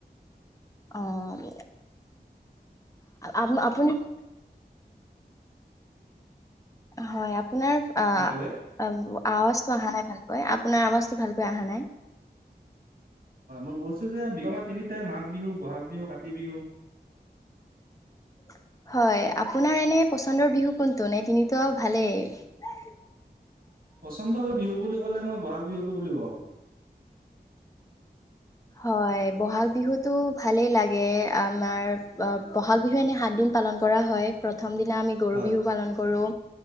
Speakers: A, on the left; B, on the right.
A: অহ, আপ - আপুনি <inaudible> হয়, আপোনাৰ আ
B: কি ক'লে
A: -আৱাজটো অহা নাই ভালকৈ আপোনাৰ আৱাজটো ভাল কৈ আহা নাই।
B: হয়, মই বৈছো যে বিহু টো আমাৰ তিনিটাই মাঘ বিহু, বহাগ বিহু, কাতি বিহু
A: <inaudible> হয়, আপোনাৰ এনে পচন্দৰ বিহু কোনটো নে তিনিতো আৰু ভালেই
B: পচন্দ ভাবে বিহু বুলি ক'লে মই বহাগ বিহুটো বুলি কম।
A: হয়। ব'হাগ বিহুটো ভালে লাগে আমাৰ বহাগ বিহু এনে সাত দিন পালন কৰা হয়। প্ৰথমে প্ৰথম দিনা আমি গৰু
B: হয়
A: বিহু পালন কৰোঁ